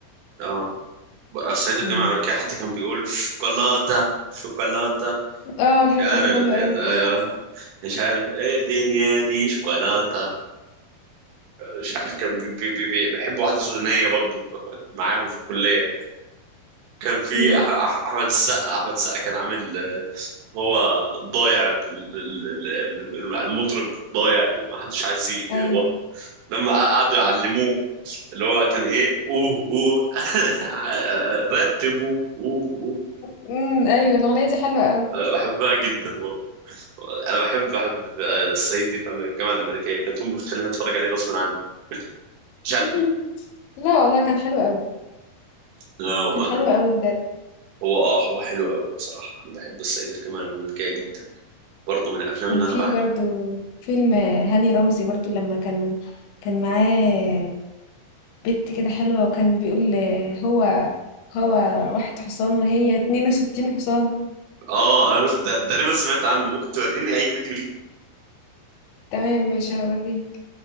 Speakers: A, on the right; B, on the left.
A: اه بقى الصعيد الجامعة
B: مم.
A: الأمريكية حتى كان بيقول شوكولاتة شوكولاتة
B: اه الحتة
A: مش عارف
B: دي حلوة
A: دي
B: أوي
A: ده- مش عارف ايه الدنيا دي شوكولاتة مش عارف كان بي بي بي بي- بيحب واحدة سودانية برضو <laughs> معاهم في الكلية كان في
B: مم.
A: أح- أح- أحمد السقا أحمد السقا كان عامل آه، هو ضايع ال- ال- ال- ال- المطرب ضايع اللي ما حدش عايز ي-
B: أيوة
A: هو لما قعدوا يعلموه اللي هو كان ايه اوه اوه <laughs> رتبوا اوه اوه
B: مم. أيوة الأغنية دي حلوة أوي
A: آه، بحبها جدا برضه انا بحب بحب آه، الصعيد دي في أمريكا- الجامعه الامريكيه كانت امي بتخليني اتفرج عليه غصب عني
B: <laughs>
A: مش عارف
B: مهم.
A: ليه
B: لا والله كان حلو قوي
A: لا والله
B: كان حلو
A: انا
B: قوي بجد
A: هو اه هو حلو قوي بصراحه انا بحب الصعيد في الجامعه الامريكيه جدا برضه من الافلام
B: كان
A: اللي
B: في
A: انا بعشقها
B: برضو فيلم هاني رمزي برضو لما كان كان معاه بنت كده حلوة وكان بيقول هو هو واحد حصان وهي 62 حصان
A: اه انا تقريبا سمعت عنه ممكن توريني اي فيديو
B: تمام مش هوريك